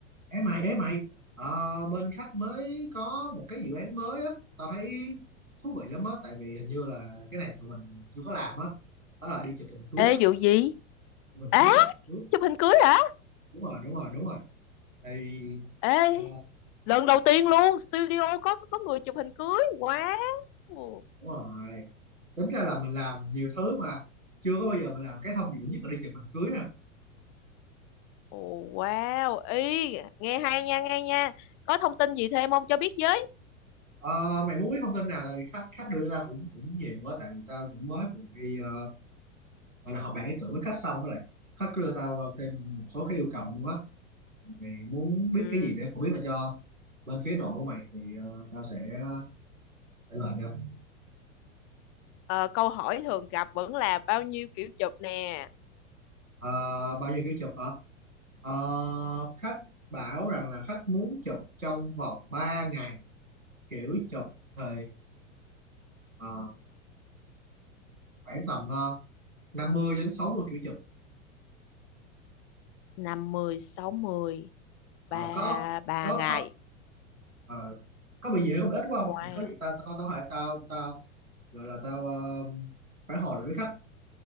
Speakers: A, on the right (about 85°); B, on the left (about 30°).
A: Ê mày, ê mày, ờ, bên khách mới có một cái dự án mới á, tao thấy thú vị lắm á, tại vì hình như là cái này tụi mình chưa có làm á, đó là đi chụp hình cưới
B: Ê
A: á,
B: vụ gì?
A: chụp hình
B: Á,
A: cưới, chụp hình cưới,
B: chụp hình cưới hả?
A: đúng rồi, đúng rồi, đúng rồi, thì
B: Ê,
A: ờ,
B: lần đầu tiên luôn studio có có người chụp hình cưới. Wow. Ồ,
A: đúng rồi, tính ra là mình làm nhiều thứ mà chưa có bao giờ mình làm cái thông dụng nhất là đi chụp hình cưới ha.
B: wow. Ý, nghe hay nha, nghe nha. Có thông tin gì thêm không cho biết với?
A: Ờ, mày muốn biết thông tin nào, tại vì khách khách đưa ra cũng cũng nhiều quá, tại vì tao cũng mới vừa đi ờ, gọi là học bạn ý tưởng với khách xong với lại khách đưa tao ờ, thêm một số cái yêu cầu luôn á mày muốn biết
B: Ừ.
A: cái gì để phổ biến lại cho bên phía đội của mày thì ờ, tao sẽ ờ, trả lời cho
B: Ờ, câu hỏi thường gặp vẫn là bao nhiêu kiểu chụp nè?
A: Ờ, bao nhiêu kiểu chụp hả Ờ, khách bảo rằng là khách muốn chụp trong vòng ba ngày kiểu chụp thì ờ, khoảng tầm ờ, 50 đến 60 kiểu chụp
B: năm mươi, sáu 60,
A: Ờ,
B: 3
A: có
B: 3
A: có
B: ngày.
A: có ờ, có bị gì hay có bị ít quá không
B: Wow.
A: thì có gì tao tao tao có thể tao tao gọi là tao ờ, phản hồi lại với khách